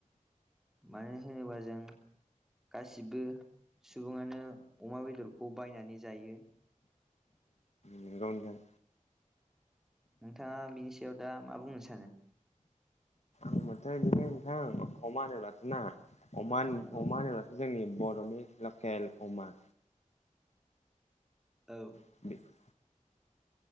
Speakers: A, in the centre; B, on the left (about 55°).
A: मानो होनोबा जों गासिबो सुबुङानो अमा बेदरखौ बायनानै जायो।
B: नगौ नोंथां।
A: नोंथाङा बिनि सायाव दा मा बुंनो सानो?
B: होनबाथाय बिदिनो नोंथां अमा होनोब्ला ना अमा
A: औ
B: अमानो जोंनि बर'नि लकेल अमा
A: औ
B: <inaudible>